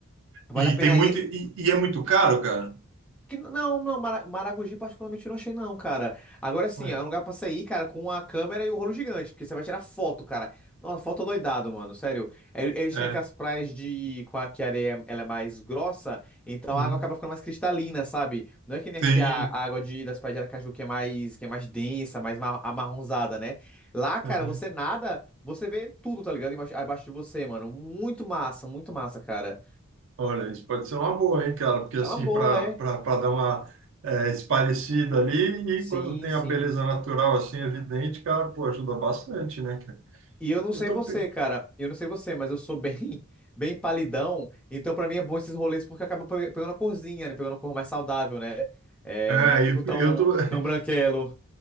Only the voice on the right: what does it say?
E
tem muito,
e, e é muito caro, cara?
Ué,
é,
uhum.
Tem,
uhum.
Olha, isso pode ser uma boa, hein, cara, porque assim,
para
para dar uma é, esparecida ali,
e quando tem
a beleza natural, assim, evidente, cara, pô, ajuda bastante, né, cara?
Eu
tô,
É,
eu,
eu tô, <laughs>